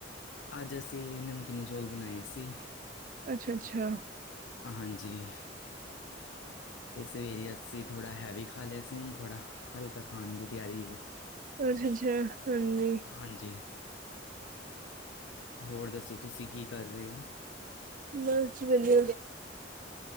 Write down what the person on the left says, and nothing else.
ਅੱਜ ਅਸੀਂ, ਨਮਕੀਨ ਚੌਲ ਬਣਾਏ ਸੀ।
ਹਾਂਜੀ। ਤੇ, ਸਵੇਰੇ ਅਸੀਂ ਥੋੜ੍ਹਾ ਹੈਵੀ ਖਾ ਲੇਆ ਸੀ, ਹੁਣ ਥੋੜਾ ਹਲਕਾ, ਖਾਨ ਦੀ ਤਿਆਰੀ ਏ।
ਹਾਂਜੀ, ਹੋਰ ਦੱਸੋ, ਤੁਸੀਂ ਕੀ ਕਰ ਰਏ ਓ?